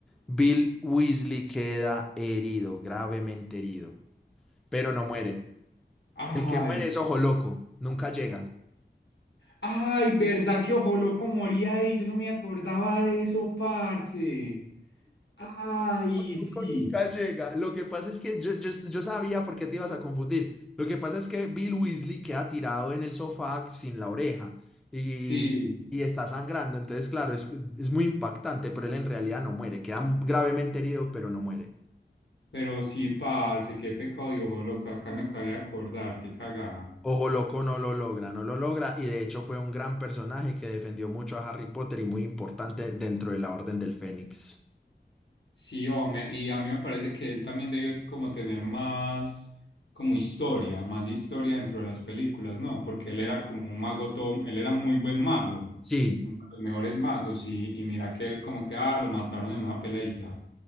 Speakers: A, in the centre; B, on the left.
A: Bill Weasley queda herido, gravemente herido, pero no muere.
B: Ay,
A: El que muere es ojo loco, nunca llega.
B: ay, ¿verdad que Ojo Loco moría ahí? Yo no me acordaba de eso, parce. Ay, sí,
A: Loco nunca llega. Lo que pasa es que yo, yo, yo sabía por qué te ibas a confundir. Lo que pasa es que Bill Weasley queda tirado en el sofá sin la oreja y,
B: sí,
A: y está sangrando. Entonces, claro, es, es muy impactante, pero él en realidad no muere. Queda gravemente herido, pero no muere.
B: pero sí, parce, qué pecado y Ojo Loco, acá me acabé de acordar, qué cagada.
A: Ojo Loco no lo logra, no lo logra. Y de hecho fue un gran personaje que defendió mucho a Harry Potter y muy importante dentro de la Orden del Fénix.
B: Sí, hombre, y a mí me parece que él también debió t- como tener más como historia, más historia dentro de las películas, ¿no? Porque él era como un mago todo, él era un muy buen mago,
A: Sí.
B: uno de los mejores magos, y, y mira que como que ah, lo mataron en una pelea y ya.